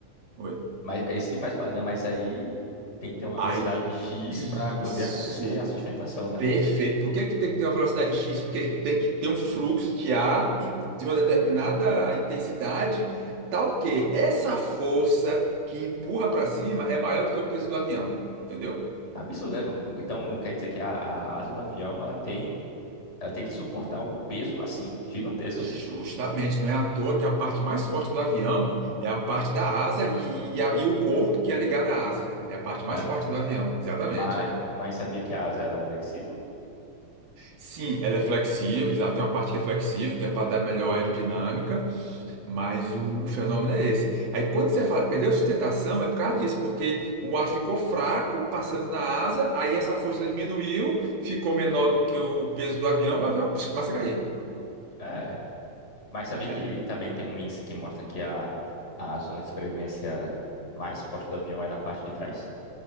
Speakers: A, on the right (about 80°); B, on the left (about 20°).
A: Oi.
B: Mas é isso que faz, ba- né? Mas aí tem que ter uma velocidade
A: Aí,
B: X
A: isso.
B: para poder acontecer a sustentação, né?
A: Perfeito. Por que que tem que ter uma velocidade X? Porque tem que ter um fluxo de ar e- de uma determinada intensidade, tal que essa força que empurra para cima é maior do que o peso do avião, entendeu?
B: Absurdo, né? Então quer dizer que a, a asa do avião ela tem, um- ela tem que suportar um peso assim gigantesco,
A: Justamente,
B: né?
A: não é à toa que a parte mais forte do avião é a parte da asa e, e a- e o corpo que é ligado à asa. É a parte mais
B: É.
A: forte do avião, exatamente.
B: Mas,
A: é.
B: mas sabia que a asa ela é flexível?
A: Sim, ela é flexível, exato. Tem uma parte que é flexível, que é para dar melhor aerodinâmica. Mas o, o fenômeno é esse. Aí quando você fala perdeu sustentação, é por causa disso, porque o ar ficou fraco, passando na asa, aí essa força diminuiu, ficou menor do que o peso do avião, o avião pss, começa a cair.
B: É. Mas sabia
A: <laughs>
B: que também tem um índice que mostra que a, a zona de sobrevivência mais forte do avião é na parte de trás?